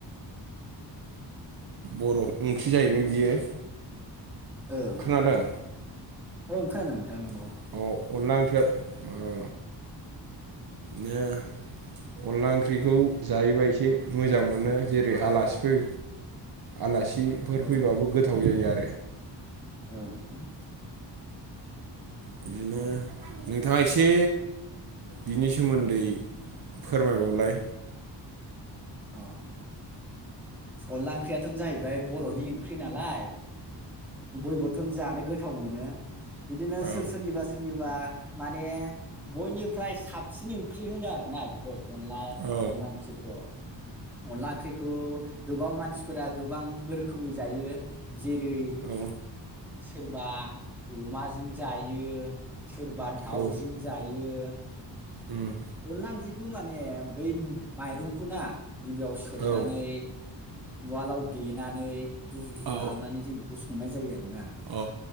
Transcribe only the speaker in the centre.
ओं
ओं खोनादों। नोंथां नंगौ
ओं
ओं
अ ओ अनला ओंख्रियाथ'न जाहैबाय बर'नि ओंख्रि नालाय बयबोथन जानो गोथाव मोनो बिदिनो
सोर सोरनिबा सोरनिबा माने बयनिफ्राय साबसिन ओंख्रि होनो आरो ना बेखौ अनला
अनला ओंख्रिखौ अनला ओंख्रिखौ गोबां मानसिफोरा गोबां रोखोमै जायो जेरै
सोरबा अमाजों जायो सोरबा दाउजों
जायो
अनला ओंख्रिखौ माने बै माइरंखौ ना गिबियाव सोमनानै
उवालाव देनानै दुु दुु
खालामनानै जों बेखौ संनाय जायो आरोना